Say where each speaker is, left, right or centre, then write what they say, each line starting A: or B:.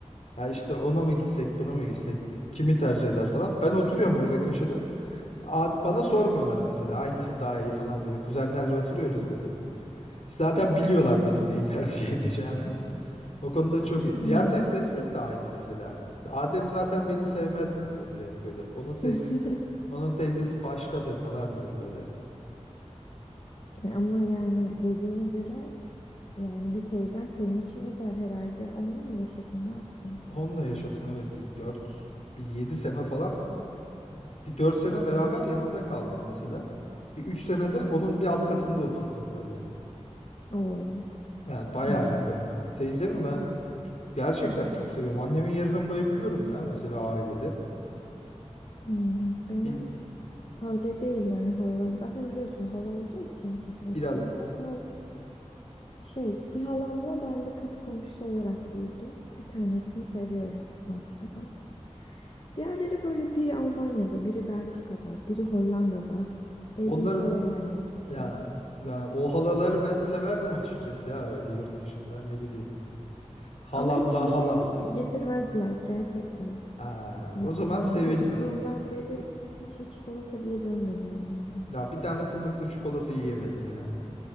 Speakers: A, on the left; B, on the left.
A: Ya işte ona mı gitsek, buna mı gitsek, kimi tercih eder falan. Ben oturuyorum orada köşede. Ad- Bana sormuyorlar mesela hangisi daha iyi falan böyle. Kuzenlerle oturuyoruz böyle. Zaten biliyorlar benim neyi <laughs> tercih edeceğimi. O konuda çok iyi.
B: Ya.
A: Diğer teyzelerim de aynı mesela. Ya Adem zaten beni sevmez ki diyor direkt böyle. Onun teyzesi
B: <laughs>
A: onun teyzesi başkadır falan diyor böyle.
B: E, Ama yani dediğine göre yani bir teyzen senin için özel herhalde. Onunla mı yaşadın, ne yaptın?
A: Onunla yaşadım evet bir 4, bir 7 sene falan. Bir 4 sene beraber yanında kaldım mesela. Bir 3 sene de onun bir alt katında oturdum böyle.
B: Oo
A: Yani bayağı
B: yani.
A: yakın. Teyzemi ben gerçekten çok seviyorum. Annemin yerine koyabiliyorum ya mesela ailede.
B: Hmm, benim
A: Bil-
B: Öyle değil yani halalarım. Zaten biliyorsun hala olduğu için otomatik
A: biraz
B: olarak ama şey bir halamla ben de kapı komşusu olarak büyüdüm. Bir tanesini seviyorum o açıdan. Diğerleri böyle biri Almanya'da, biri Belçika'da, biri Hollanda'da. <laughs> Evlenip
A: onları
B: oraya yerleşmişler.
A: Yani yani o halaları ben severdim açıkçası ya öyle yurt dışında ne bileyim. Halam
B: Ama hiçbir
A: da
B: şey
A: halam.
B: getirmezler gerçekten.
A: Ha,
B: Mesela
A: o zaman sevilmez.
B: çocukluğumdan beri hiçbir çikolata bile görmedim onlardan.
A: Ya bir tane fındıklı çikolata yiyemedin yani.